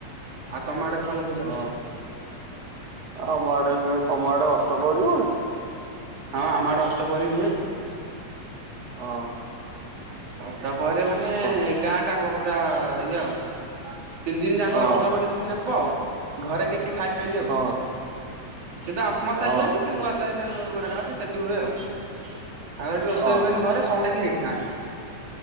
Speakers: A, on the right; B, on the right.
A: ଆଉ ତମ ଆଡେ ଭଲ ପୂଜା
B: ହଁ
A: ହୁଏ?
B: ଆମ ଆଡେ ହୁଏ ତମ ଆଡେ ଅଷ୍ଟପହରି ହୁଏ?
A: ହଁ ଆମ ଆଡେ ଅଷ୍ଟପହରି ହୁଏ।
B: ଓହୋ।
A: ଅଷ୍ଟପହରି ମାନେ
B: ସ
A: ଏ ଗାଁଟାଙ୍କ ପୁରା ଇଏ ଆଉ। ତିନି ଦିନ ଯାକ
B: ଓହୋ
A: ଅଷ୍ଟପହରି ଯେତିକି ଦିନ ହବ ଘରେ କେହି ଖାଇବେନି ଆଉ।
B: ହଁ
A: କିନ୍ତୁ ଆମ ସାହିରେ
B: ଓହୋ
A: ହୁଏନି ସେ ନୂଆସାହିରେ ଗୋଟେ ଜାଗା ଅଛି ସେଠି ହୁଏ ଆଉ। ଆଉ ଏଠି ରୋଷେଇ
B: ଓହୋ
A: ହୁଏନି ଘରେ ସମସ୍ତେ ଯାଇକି ଏଇଠି ଖାଆନ୍ତି।